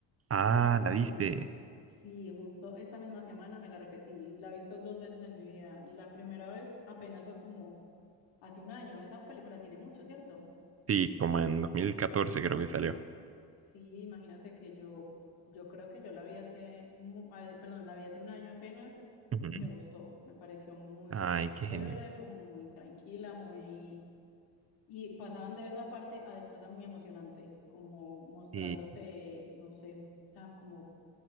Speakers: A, on the right; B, on the left.
A: Ah,
B: justo la repetí.
A: la viste.
B: Sí, justo esta misma semana me la repetí, la he visto dos veces en mi vida. La primera vez apenas fue como hace un año, esa película tiene mucho, ¿cierto?
A: Sí, como en 2014 creo que salió.
B: Sí, imagínate que yo, yo creo que yo la vi hace, mu- ah, perdón, la vi hace un año apenas
A: Ujú.
B: y me gustó, me pareció muy
A: Ay, qué
B: chévere,
A: genial.
B: como muy tranquila, muy... Y pasaban de esa parte a después a muy emocionante, como mostrándote,
A: Sí,
B: no sé, o sea, como,